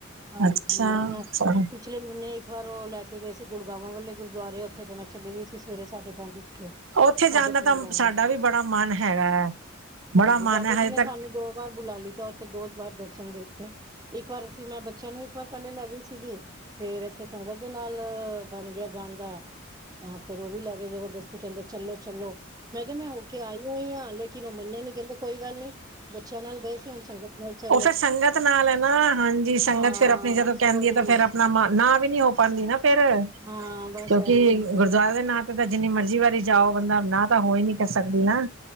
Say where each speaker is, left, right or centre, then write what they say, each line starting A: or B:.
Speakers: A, on the right; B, on the right.
A: ਹਾਂਜੀ
B: ਅੱਛਾ
A: ਹੁਣ
B: ਚਲੋ।
A: ਪਿਛਲੇ ਮਹੀਨੇ ਇੱਕ ਵਾਰ ਉਹ ਲੈ ਕੇ ਗਏ ਸੀ ਗੁੜਗਾਵਾਂ ਵਾਲੇ ਗੁਰਦੁਆਰੇ ਉੱਥੇ ਤਾਂ ਮੈਂ ਚੱਲੀ ਗਈ ਸੀ ਸਵੇਰੇ ਸਾਢੇ ਪੰਜ
B: ਉੱਥੇ ਜਾਣ
A: ਸਾਢੇ
B: ਦਾ
A: <unintelligible>
B: ਤਾਂ ਸਾਡਾ ਵੀ ਬੜਾ ਮਨ ਹੈਗਾ ਹੈ ਬੜਾ
A: ਹਾਂਜੀ
B: ਮਨ
A: ਬਾਬਾ
B: ਹੈ
A: ਜੀ
B: ਹਜੇ
A: ਨੇ
B: ਤੱਕ
A: ਸਾਨੂੰ ਦੋ ਵਾਰ ਬੁਲਾ ਲਤਾ, ਉੱਥੇ ਦੋ ਵਾਰ ਦਰਸ਼ਨ ਦੇਤੇ। ਇੱਕ ਵਾਰ ਅਸੀਂ ਮੈਂ ਬੱਚਿਆਂ ਨੂੰ ਇੱਕ ਵਾਰ ਪਹਿਲੇ ਲੈ ਗਈ ਸੀਗੀ। ਫੇਰ ਇੱਥੇ ਸੰਗਤ ਦੇ ਨਾਲ ਬਣ ਗਿਆ ਜਾਨ ਦਾ ਤਾਂ ਫੇਰ ਉਹ ਵੀ ਲੈ ਕੇ ਜਬਰਦਸਤੀ ਕਹਿੰਦੇ ਚੱਲੋ-ਚੱਲੋ। ਮੈਂ ਕਿਆ ਮੈਂ ਹੋ ਕੇ ਆਈ ਹੋਈ ਆਂ ਲੇਕਿਨ ਓ ਮੰਨੇ ਨੀ ਕੇਂਦੇ ਕੋਈ ਗੱਲ ਨੀ ਬੱਚਿਆਂ ਨਾਲ ਗਏ ਸੀ ਹੁਨ ਸੰਗਤ ਨਾਲ ਚਲੋ
B: ਓ ਫੇਰ ਸੰਗਤ ਨਾਲ ਐ ਨਾ, ਹਾਂਜੀ ਸੰਗਤ
A: ਹਾਂ
B: ਫੇਰ ਆਪਣੀ ਜਦੋਂ ਕੈਂਦੀ
A: ਉਹੀ
B: ਐ ਤਾਂ ਫੇਰ ਨਾ ਮਾ ਨਾ ਵੀ ਨੀ ਹੋ ਪਾਂਦੀ ਨਾ ਫੇਰ
A: ਹਾਂ ਬਸ
B: ਕਿਉਂਕਿ
A: ਇਹੀ ਹੁੰਦਾ
B: ਗੁਰਦੁਆਰੇ ਦੇ ਨਾ ਓ ਤਾਂ ਜਿੰਨੀ ਮਰਜ਼ੀ ਵਾਰੀ ਜਾਓ, ਬੰਦਾ ਨਾ ਤਾਂ ਹੋਈ ਨੀ ਕਰ ਸਕਦੀ ਨਾ,